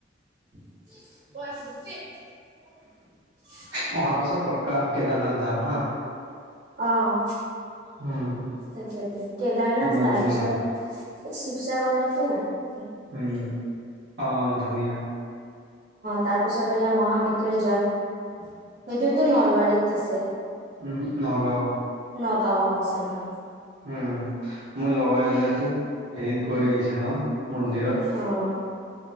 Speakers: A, on the right; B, on the right.
A: <unintelligible>
B: <unintelligible> অহা বছৰ প কা কেদাৰনাথ যাম হা
A: আহ
B: উম
A: তাকেতে কেদাৰনাথ
B: যিমান
A: তাৰ
B: যি
A: পিছত
B: নহওক
A: এই শিৱসাগৰতো <unintelligible> অ
B: উম অ ধুনীয়া
A: তাৰ পিছত এয়া মহামৃত্যুঞ্জয় সেইটোতো নলবাৰীত তাছে
B: উহু নগাঁও
A: নগাঁৱ অঁ চাৰিআলি
B: উম মোৰ লগৰ এজনেতো হেৰিত গৈ আহিছে ন মন্দিৰত
A: অ'